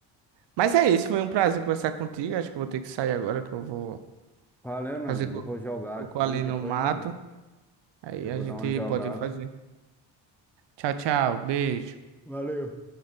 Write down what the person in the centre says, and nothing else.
Valeu, meu
amigo.
Eu vou jogar
aqui.
Depois,
né?
Eu
vou
dar uma jogada.
Valeu.